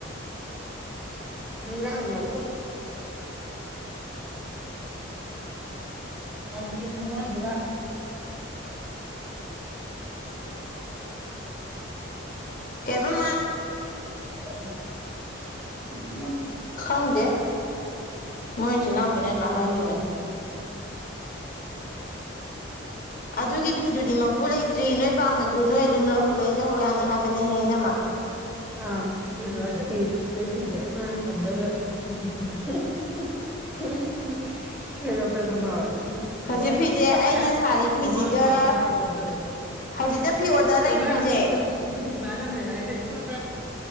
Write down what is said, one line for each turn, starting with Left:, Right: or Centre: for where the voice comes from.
Centre: ꯂꯗ ꯍꯧꯗꯤ ꯁꯨꯝꯃ ꯋꯥ
Left: ꯀꯩꯕ ꯃꯥ
Centre: ꯑ <inaudible>
Left: ꯈꯪꯗꯦ ꯃꯣꯏ ꯏꯆꯤꯜ ꯏꯅꯥꯎꯕꯤꯅꯃ ꯍꯥꯏꯈꯤꯕꯅꯤ ꯑꯗꯨꯒꯤ ꯐꯤꯗꯨꯗꯤ ꯃꯄꯨ ꯂꯩꯇ꯭ꯔꯤ ꯅꯣꯏ ꯄꯥꯝꯃꯁꯨ ꯅꯣꯏ ꯑꯗꯨꯝ ꯂꯩꯖꯍꯧ ꯌꯥꯅꯤ ꯍꯥꯏꯕꯅꯦꯍꯦꯅꯃ
Centre: ꯑ <inaudible> ꯑꯦꯒ ꯐꯦ ꯊ ꯍ
Left: ꯍꯧꯖꯤꯛ ꯐꯤꯁꯦ
Centre: ꯊ
Left: ꯑꯩꯅ ꯁꯥꯔꯤ ꯐꯤꯁꯤꯒ
Centre: ꯆ
Left: ꯍꯧꯖꯤꯛꯇ ꯐꯤ ꯑꯣꯗꯔ
Centre: ꯀꯕꯥ
Left: ꯂꯩꯇ꯭ꯔꯤꯁꯦ
Centre: ꯃꯤꯃ ꯌꯥꯝ ꯂꯩ ꯍꯥꯏ ꯀ